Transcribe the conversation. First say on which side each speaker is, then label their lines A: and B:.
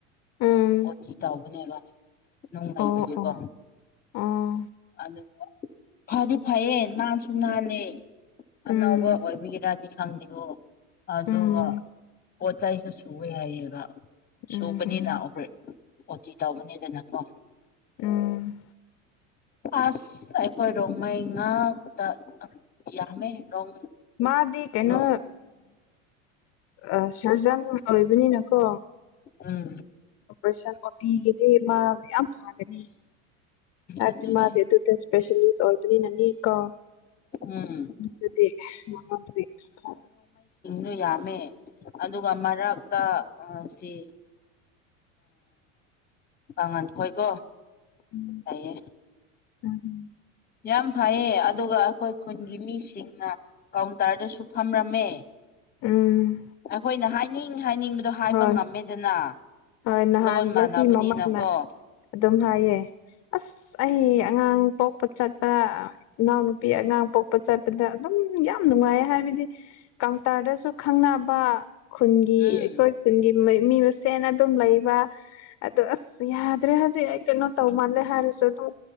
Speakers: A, on the left (about 40°); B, on the left (about 25°).
A: ꯎꯝ
B: ꯑꯣꯊꯤ ꯆꯥꯎꯥꯎꯕꯅꯦꯕ ꯅꯨꯡꯉꯥꯏꯕꯒꯤꯦꯀꯣ
A: ꯑꯣ ꯑꯣ ꯑꯣ
B: ꯑꯗꯨ ꯐꯗꯤ ꯐꯌꯦ ꯅꯥꯟꯁꯨ ꯅꯥꯦ
A: ꯎꯝ
B: ꯑꯅꯧꯕ ꯑꯣꯏꯕꯤꯔꯗꯤ ꯈꯪꯗꯦꯀꯣ ꯑꯗꯨꯒ
A: ꯎꯝ
B: ꯄꯣꯠꯆꯥꯏꯁꯨ ꯁꯨꯑꯦ ꯍꯥꯏꯌꯦꯕ
A: ꯎꯝ
B: ꯁꯨꯕꯅꯤꯅ
A: ꯎꯝ
B: ꯑꯣꯇꯤ ꯇꯧꯕꯅꯤꯗꯅ ꯀꯣ
A: ꯎꯝ
B: ꯑꯁ ꯑꯩꯈꯣꯏ ꯔꯣꯡꯃꯩ ꯉꯥꯛꯇ ꯌꯥꯝꯃꯦ ꯔꯣꯡ
A: ꯃꯥꯗꯤ ꯀꯩꯅꯣ
B: ꯔꯣ
A: ꯎ ꯁꯔꯖꯪ ꯑꯣꯏꯕꯅꯤꯅꯀꯣ
B: ꯎꯝ
A: ꯑꯣꯄꯔꯦꯁꯟ ꯑꯣꯄꯤꯤꯒꯗꯤꯦ ꯃꯥ ꯌꯥꯝ ꯐꯥꯒꯅꯤ
B: ꯑꯗꯨꯅꯦ
A: ꯔꯃꯗꯦ ꯑꯗꯨꯗ ꯁꯄꯦꯁꯜ ꯅꯌꯨꯁ ꯑꯣꯏꯔꯗꯅꯤ ꯅꯅꯤꯤꯔꯀ
B: ꯎꯝ
A: ꯖꯗꯤ ꯃꯃꯗꯤ ꯀ
B: ꯑꯗꯨ ꯌꯥꯝꯃꯦ ꯑꯗꯨꯒ ꯃꯔꯛꯇ ꯁꯤ ꯄꯥꯉꯜ ꯍꯣꯏꯀꯣ
A: ꯎꯝ
B: ꯇꯌꯦ
A: ꯎꯝ
B: ꯌꯥꯝ ꯐꯩꯌꯦ ꯑꯗꯨꯒ ꯑꯩꯈꯣꯏ ꯈꯨꯟꯒꯤ ꯃꯤꯁꯤꯡꯅ ꯀꯥꯎꯟꯇꯔꯗꯁꯨ ꯐꯝꯔꯝꯃꯦ
A: ꯎꯝ
B: ꯑꯩꯈꯣꯏꯅ ꯍꯥꯏꯅꯤꯡ ꯍꯥꯏꯅꯤꯡꯕꯗꯣ ꯍꯥꯏꯕ
A: ꯍꯣꯏ
B: ꯉꯝꯃꯦꯗꯅ
A: ꯍꯣꯏ ꯅꯍꯥꯟ
B: ꯂꯣꯟ
A: ꯕ‌ꯂ‌ꯦꯖꯤ
B: ꯃꯥꯟꯅꯕꯅꯤꯅꯀꯣ
A: ꯃꯃꯥꯅ ꯑꯗꯨꯝ ꯍꯥꯏꯌꯦ ꯑꯁ ꯑꯩ ꯑꯉꯥꯡ ꯄꯣꯛꯄ ꯆꯠꯄ ꯏꯅꯥꯎꯅꯨꯄꯤ ꯑꯉꯥꯡ ꯄꯣꯛꯄ ꯆꯠꯄꯗ ꯑꯗꯨꯝ ꯌꯥꯝ ꯅꯨꯡꯉꯥꯏ ꯍꯥꯏꯕꯅꯤ ꯍꯥꯏꯗꯤ ꯀꯥꯎꯟꯇꯔꯗꯁꯨ ꯈꯪꯅꯕ ꯈꯨꯟꯒꯤ
B: ꯎꯝ
A: ꯑꯩꯈꯣꯏ ꯈꯨꯟꯒꯤ ꯃꯤ ꯃꯁꯦꯟꯅ ꯑꯗꯨꯝ ꯑꯗꯨꯝ ꯂꯩꯕ ꯑꯗꯣ ꯑꯁ ꯌꯥꯗ꯭ꯔꯦ ꯍꯧꯖꯤꯛ ꯑꯩ ꯀꯩꯅꯣ ꯇꯧ ꯃꯥꯜꯂꯦ ꯍꯥꯏꯔꯁꯨ ꯑꯗꯨꯝ